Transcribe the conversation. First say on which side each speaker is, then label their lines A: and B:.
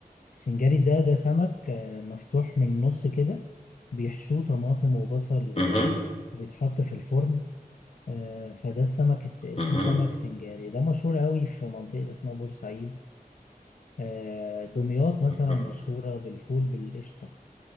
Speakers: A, on the left; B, on the left.
A: السنجاري ده ده سمك آه، مفتوح من النص كده بيحشوه طماطم وبصل و-
B: مهم.
A: وبيتحط في الفرن آه، فده السمك الس- اسمه
B: مهم.
A: سمك سنجاري ده مشهور قوي في منطقة اسمها بورسعيد آه، دمياط مثلا
B: مهم.
A: مشهورة بالفول بالقشطة